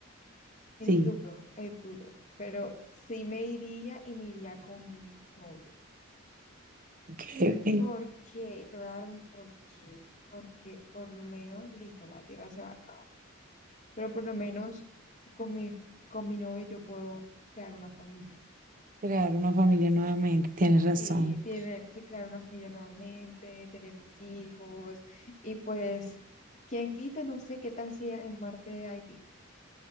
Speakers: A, on the left; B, on the right.
A: es
B: Sí,
A: duro, es duro. Pero sí me iría y me iría con mi novio.
B: ok, ok.
A: Porque te voy a dar un porqué. Porque por lo menos, listo, la tierra se va a acabar. Pero por lo menos con mi, con mi novio yo puedo crear una familia.
B: Crear una familia nuevamente, tienes razón.
A: Sí, tiene, sí, crear una familia nuevamente, tener mis hijos y pues, quien quite, no sé qué tal si en Marte hay vida,